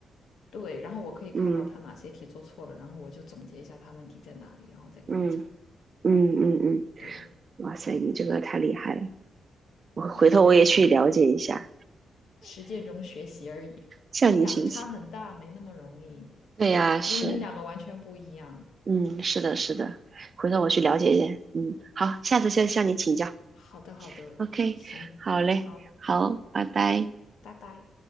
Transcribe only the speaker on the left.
对，然后我可以看到他哪些题做错了，
然后我就总结一下他问题在哪里，然后再跟他讲。
对，
哎，也没有啦。实践中学习而已。
你两个差很大，没那么容易，
因为你两个完全不一样。
对，
好的，好的，
行，
好，
拜拜。